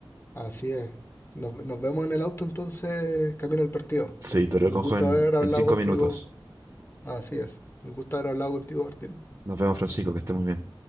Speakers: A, on the left; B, on the right.
A: Así es. Nos, nos vemos en el auto entonces, camino al partido.
B: Sí, te recojo
A: Un gusto
B: en,
A: haber hablado
B: en 5
A: contigo.
B: minutos.
A: Así es. Un gusto haber hablado contigo, Martín.
B: Nos vemos, Francisco, que esté muy bien.